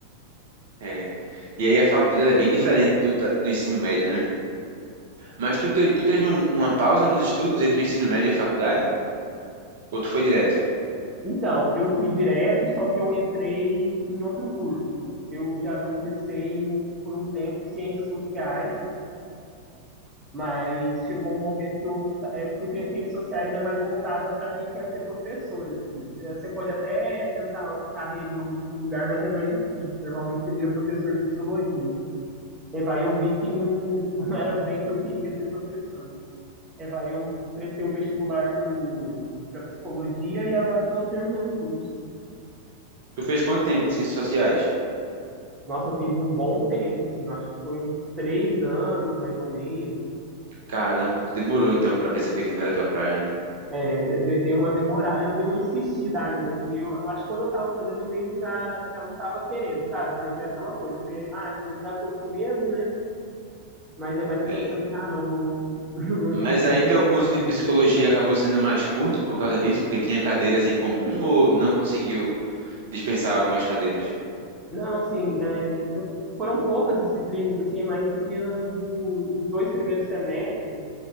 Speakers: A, on the right; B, on the right.
A: É. E aí a faculdade ela é bem diferente do, da- do ensino médio, né? Mas tu, te- tu teve um- uma pausa nos estudos entre o ensino médio e a faculdade? Ou tu foi direto?
B: Então, eu fui direto, só que eu entrei em outro curso. Eu já eu cursei por um tempo ciências sociais, mas chegou um momento que eu sa- é porque ciências sociais é mais voltada para quem quer ser professor, assim. É, Você pode até tentar carreira em algum outro lugar, mas é mais difícil. Normalmente você vira professor de sociologia. E vai, eu vi que não, <laughs> não era bem que eu queria ser professor. E vai, eu prestei o vestibular para para psicologia e agora estou terminando o curso.
A: Tu fez quanto tempo de ciências sociais?
B: Nossa, eu fiz um bom tempo, assim, eu acho que foi uns três anos, mais ou menos.
A: Caramba, tu demorou então pra perceber que não era tua praia, né?
B: É, de- dei uma demorada, eu dei uma insistida ainda, assim, eu, eu acho que quando eu tava fazendo, eu meio que já, já não tava querendo, sabe? Mas é aquela coisa, você, ah, você já tô aqui mesmo, né? Mas aí vai depois
A: É.
B: falar assim, ah, não, vou, <laughs> não,
A: Mas
B: não
A: aí
B: vou
A: teu curso
B: passar.
A: de psicologia acabou sendo mais curto por causa disso, porque tinha cadeiras em comum ou não conseguiu dispensar algumas cadeiras?
B: não, assim, é, não- foram poucas disciplinas, assim, é mais disciplina do, dos dois primeiros semestres,